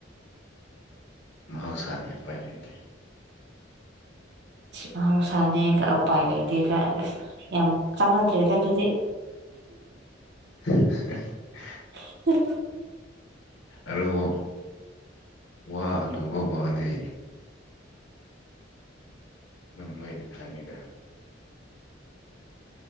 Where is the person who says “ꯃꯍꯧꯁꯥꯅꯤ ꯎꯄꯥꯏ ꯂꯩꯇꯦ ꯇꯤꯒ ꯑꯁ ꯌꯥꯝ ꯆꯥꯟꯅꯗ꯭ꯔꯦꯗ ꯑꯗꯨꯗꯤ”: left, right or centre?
Right